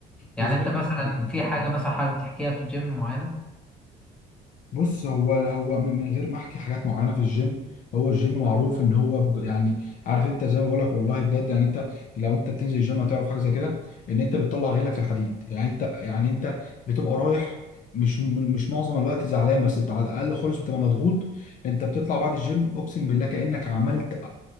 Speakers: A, in the centre; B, on the left (about 50°).
A: يعني
B: بالظبط
A: أنت مثلا في حاجة مثلا حابب تحكيها في الجيم معينة
B: بص هو هو من من غير ما احكي حاجات معينه في الجيم هو الجيم معروف ان هو ب- يعني عارف انت زي ما بقول لك والله بجد يعني انت لو انت بتنزل الجيم هتعرف حاجه زي كده ان انت بتطلع غيرك في الحديد يعني انت يعني انت بتبقى رايح مش م- مش معظم الوقت زعلان بس بتاع على الاقل خالص بتبقى مضغوط انت بتطلع بعد الجيم اقسم بالله كانك عملت